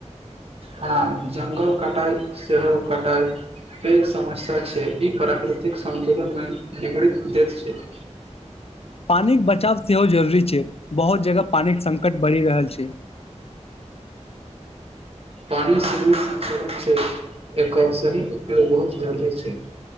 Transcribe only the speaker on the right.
हँ, जंगल कटाइ सेहो कटाइ पैघ समस्या छै, ई प्राकृतिक संतुलन मे बिगाड़ दैत छै। <inaudible>
पानि संचय छै, एकर सही उपयोग बहुत जरूरी छै।